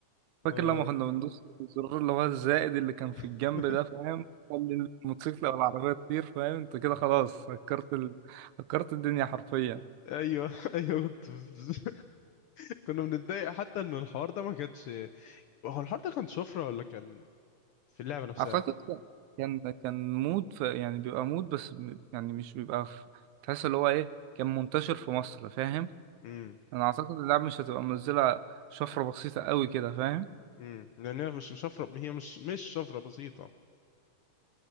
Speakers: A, on the left (about 85°); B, on the right (about 85°).
A: اه
B: فاكر لما كنا بندوس الزرار اللي هو الزائد اللي كان في
A: <laughs>
B: الجنب ده فاهم خلي الموتوسيكل او العربيه تطير فاهم انت كده خلاص هكرت ال... هكرت الدنيا حرفيا
A: ايوه ايوه كنت <laughs> كنا بنتضايق حتى ان الحوار ده ما كانش هو الحوار ده كان شفره ولا كان في اللعبه نفسها
B: اعتقد كان كان كان مود ف... يعني بيبقى مود بس م- يعني مش بيبقى في... تحس اللي هو ايه كان منتشر في مصر فاهم
A: امم
B: انا اعتقد اللعبه مش هتبقى منزله شفره بسيطه قوي كده فاهم
A: امم لان هي مش مش شفره هي مش مش شفره بسيطه